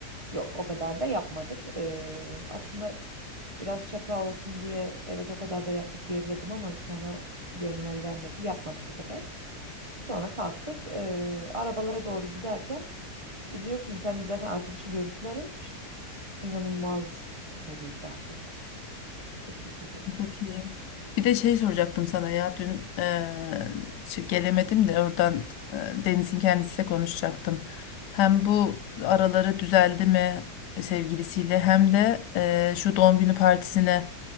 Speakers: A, on the right; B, on the left.
A: Yok o kadar da yapmadık. Ee, aslında biraz şaka olsun diye evet o kadar da yaptık diyebilirdim ama sonra gönlüm el vermedi. Yapmadık o kadar. Sonra kalktık. Ee, arabalara doğru giderken biliyorsun sen zaten arkadaşın görüntüler aramış. İnanılmaz doluydu bahçeli. Çok kötüydü.
B: Çok iyi. Bir de şey soracaktım sana ya dün eee, şey gelemedim de oradan eee, Deniz'in kendisiyle konuşacaktım. Hem bu araları düzeldi mi sevgilisiyle hem de eee, şu doğum günü partisine